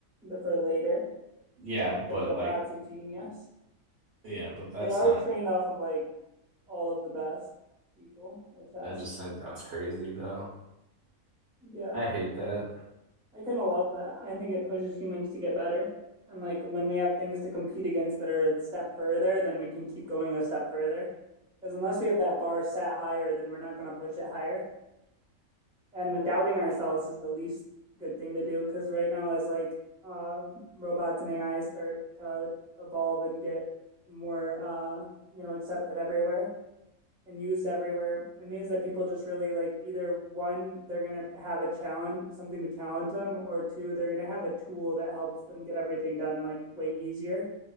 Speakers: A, in the centre; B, on the right (about 60°).
A: for later
B: Yeah, but
A: because the
B: like
A: bot's a genius.
B: yeah, but that's
A: They are
B: not.
A: trained off of like all of the best people at chess.
B: I just think that's crazy though.
A: Yeah.
B: I hate that.
A: I kind of love that. I think it pushes humans to get better. And like when we have things to compete against that are a step further, then we can keep going a step further. Because unless we have that bar set higher, then we're not going to push it higher. And doubting ourselves is the least good thing to do. Because right now, as like uh, robots and AI start to evolve and get more, uh, you know, accepted everywhere, and used everywhere. It means that people just really like either one, they're gonna have a challenge, something to challenge them, or two, they're gonna have a tool that helps them get everything done like way easier.